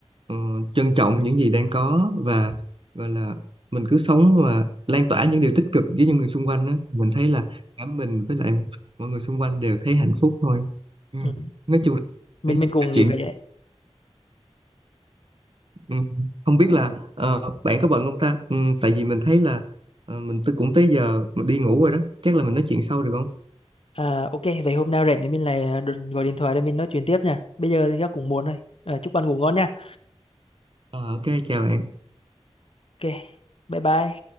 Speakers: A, on the right; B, on the left.
A: ờ, trân trọng những gì đang có và gọi là mình cứ sống và lan tỏa những điều tích cực với những người xung quanh á mình thấy là cả mình với lại mọi người xung quanh đều thấy hạnh phúc thôi ừ.
B: ừ.
A: nói chung
B: mình
A: là
B: mình
A: nói
B: mình cũng
A: chuyện
B: nghĩ vậy đấy
A: Ừ, Không biết là ờ, bạn có bận không ta? Ừ, tại vì mình thấy là ờ, mình tôi cũng tới giờ mà đi ngủ rồi đó. Chắc là mình nói chuyện sau được không?
B: à, ok vậy hôm nào rảnh thì mình lại ờ, đừng gọi điện thoại để mình nói chuyện tiếp nha bây giờ thì chắc cũng muộn rồi à, chúc bạn ngủ ngon nha
A: Ờ, ok chào bạn.
B: ok bye bye